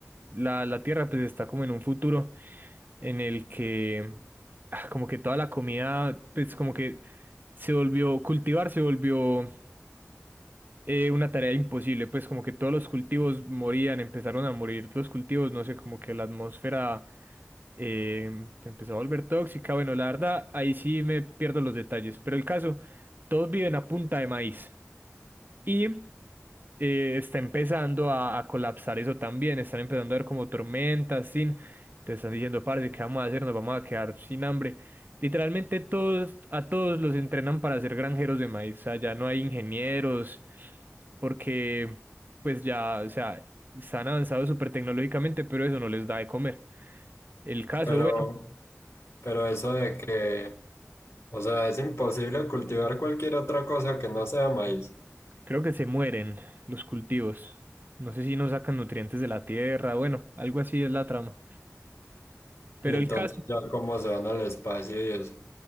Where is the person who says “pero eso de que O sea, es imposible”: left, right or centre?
Left